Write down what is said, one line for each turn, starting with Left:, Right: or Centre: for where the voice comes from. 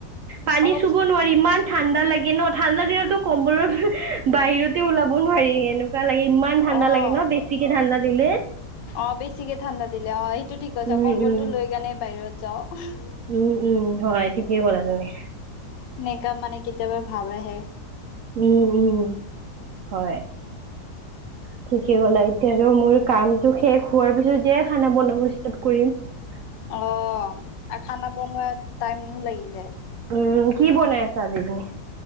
Right: পানী
Left: অলপ
Right: চুব নোৱাৰি ইমান ঠাণ্ডা লাগে ন? ঠাণ্ডা দিনতো কম্বলৰ বাহিৰতে ওলাব নোৱাৰি এনেকোৱা <unintelligible> লাগে ইমান ঠাণ্ডা
Left: অ',
Right: লাগে ন বেছিকে ঠাণ্ডা দিলে
Left: অ বেছিকে ঠাণ্ডা দিলে অ সেইটো ঠিক আছে
Right: উম
Left: কম্বল
Right: উম
Left: টো লৈ কেনে বাহিৰত যাও <unintelligible>
Right: উম উম হয় ঠিকেই কলা তুমি
Left: নেক মানে কিতিয়াবা ভাব আহে
Right: উম উম হয় ঠিকেই গ'ল এতিয়া আৰু মোৰ কামটো শেষ হোৱাৰ পিছতয়ে খানা বন বস্তত কৰিম <unintelligible>
Left: অ আৰু খানা বনোৱাত টাইম লাগি যায়
Right: উম কি বনাই আজি <unintelligible>